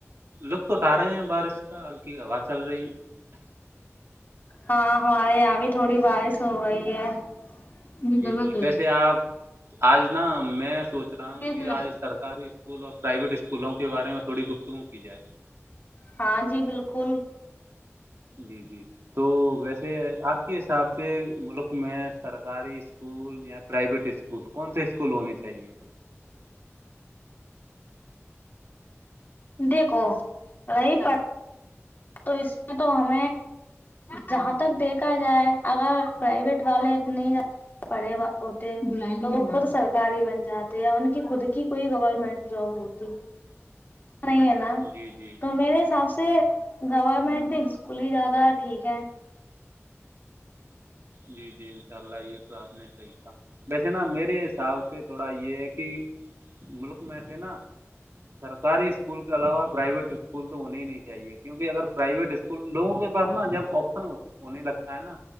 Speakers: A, on the right; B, on the left.
A: لطف اٹھا رہے ہیں بارش کا ہلکی ہوا چل رہی ہے
B: ہاں ہمارے یہاں بھی تھوڑی بارش ہو گئی ہے یہ
A: جی
B: غلط
A: جی
B: ہے
A: ویسے آپ آج نا میں سوچ رہا ہوں
B: دیکھ
A: کہ
B: ل
A: آج سر کاری اسکول اور پرائیویٹ اسکولوں کے بارے میں تھوڑی گفتگو کی جائے
B: ہاں جی بالکل
A: جی جی تو ویسے آپ کے حساب سے ملک میں سرک کاری اسکول یا پرائیویٹ اسکول کون سے اسکول ہونے چاہیے
B: دیکھو رہی پڑ تو اس میں تو ہم جہاں تک دیکھا جائے اگر پرائیویٹ والے اتنے پڑے وا ہوتے تو وہ خود سرکاری بن جاتے ان کی خود کی کوئی گورنمنٹ جاب ہوتی نہیں ہے نا
A: جی جی
B: تو میرے حساب سے گورمنٹ اسکول ہی زیادہ ٹھیک ہے
A: جی جی انشاء اللہ یہ تو آپ نے صحیح ویسے نا میرے حساب سے تھوڑا یہ ہے کی ملک میں سے نا سرکاری اسکول کے علاوہ پرائیویٹ اسکول تو ہونے ہی نہیں چاہیے کیونکہ اگر پرائیویٹ اس لوگوں کے پاس نا جب آپشن ہوتے ہونے لگتا ہے نا